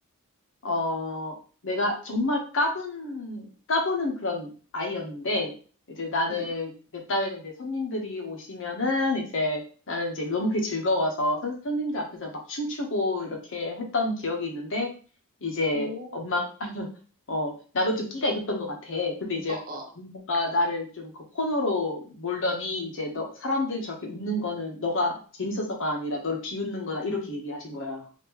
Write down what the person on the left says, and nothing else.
어, 내가 정말 까분, 까부는 그런 아이였는데, 이제 나는,
내 딸에는 이제 손님들이 오시면은 이제 나는 이제 너무 그게 즐거워서 선, 선생님들 앞에서 막 춤추고 이렇게 했던 기억이 있는데, 이제
엄마, <laughs> 어, 나도 좀 끼가 있었던 것 같아. 근데 이제
엄마가 나를 좀 그 코너로 몰더니 이제 너, 사람들이 저렇게 웃는 거는 너가 재밌어서가 아니라 너를 비웃는 거다. 이렇게 얘기하신 거야.